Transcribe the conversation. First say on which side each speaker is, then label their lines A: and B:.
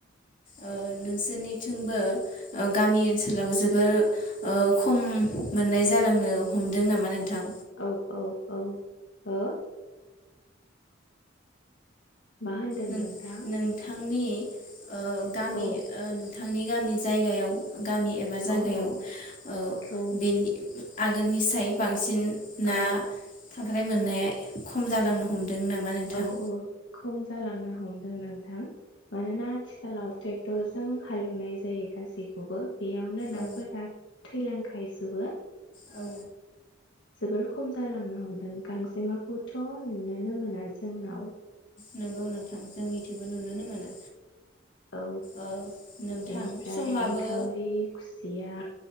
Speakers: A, on the left; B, on the left.
A: उ नोंसोरनिथिंबो गामि ओनसोलाव जोबोर उ खम मोननाय जालांनो हमदों नामा नोंथां
B: औ औ औ हो मा होनदों
A: नोंथांनि
B: नोंथां?
A: ओ गामि
B: औ
A: नों थांनि गामि जायगायाव गामि एबा जागायाव
B: औ औ
A: ओ
B: औ
A: बेनि आगोलनि साय बांसिन ना
B: औ
A: खांख्राय मोननाया खम जालांनो हमदों दों नामा नोंथां
B: औ औ खम जालांनो हमदों नोंथां मानोना आथिखालाव ट्रेक्टरजों हालेवनाय जायो गासैखौबो बेयावनो नाफोर
A: औ
B: हा थैलांखायजोबो
A: औ
B: जोबोर खम जालांनो हमदों गांजेमाखौथ नुुनोनो मोना जोंनाव
A: नोंगौ नोंथां जोंनिथिबो नुुनोनो मोना।
B: औ
A: ओ नोंथां
B: बेनिफ्राय
A: समाबो
B: एंखावरि खुसिया